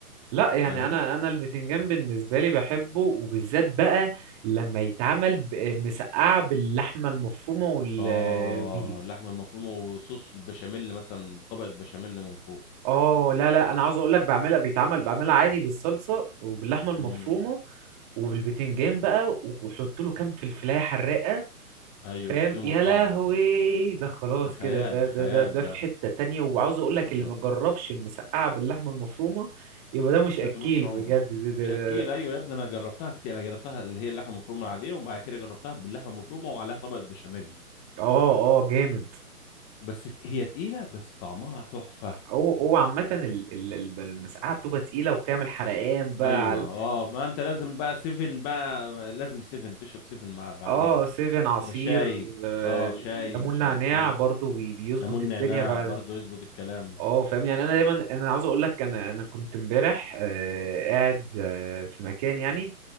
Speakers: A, on the right; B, on the left.
A: لا يعني
B: فاهم
A: انا انا البتنجان بالنسبه لي بحبه وبالذات بقى لما يتعمل ب- مسقعه باللحمه المفرومه وال
B: اه
A: بيه
B: اللحمه المفرومه وصوص البشاميل مثلا طبقه بشاميل من فوق
A: اه لا لا انا عاوز اقول لك بعملها بيتعمل بعملها عادي بالصلصه وباللحمه المفرومه
B: امم
A: وبالبتنجان بقى وحط له كام فلفلايه حراقه
B: ايوه
A: فاهم
B: تدوم
A: يا
B: الطعم
A: لهوي ده خلاص
B: في خيال
A: كده ده ده
B: خيال
A: ده ده
B: ده
A: في حتة تانية وعاوز اقول لك
B: اصلا
A: اللي ما جربش المسقعة باللحمة المفرومة يبقى ده مش اكيل
B: فاته نص عمره
A: بجد ده ده
B: مش اكيل
A: ده
B: ايوه يا ابني انا جربتها كتير انا جربتها اللي هي اللحمه المفرومه العاديه وبعد كده جربتها باللحمه المفرومه وعليها طبقه بشاميل
A: اه اه جامد
B: بس ت- هي تقيله بس طعمها تحفه
A: هو هو عامة ال- ال- ال- المسقعة بتبقى تقيلة وبتعمل حرقان بقى
B: ايوه
A: على
B: اه ما انت لازم بقى سيفن بقى لازم سيفن تشرب سيفن مع بعديها
A: اه سيفن عصير
B: يا شاي
A: آه،
B: اه شاي
A: ليمون
B: مش
A: نعناع
B: عارف ايه
A: برضو بي- بيظبط
B: ليمون
A: الدنيا
B: نعناع
A: بقى
B: برضه يظبط الكلام
A: اه فاهم يعني انا دايما انا عاوز اقول لك انا انا كنت امبارح آه، قاعد آه، في مكان يعني